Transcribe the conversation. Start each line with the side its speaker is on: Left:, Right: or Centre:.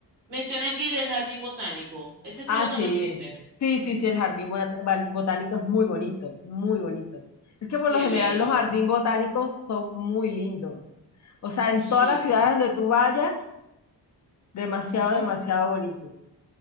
Right: menciona aquí del jardín botánico. Ese
Left: Ah,
Right: sí lo conociste.
Left: sí, sí, sí, sí, el jardín bot- botánico es muy bonito, muy bonito. Es que por
Right: Qué
Left: lo general
Right: bello.
Left: los jardines botánicos son muy lindos. O sea, en
Right: Sí.
Left: todas las ciudades donde tú vayas, demasiado,
Right: Ujú.
Left: demasiado bonito.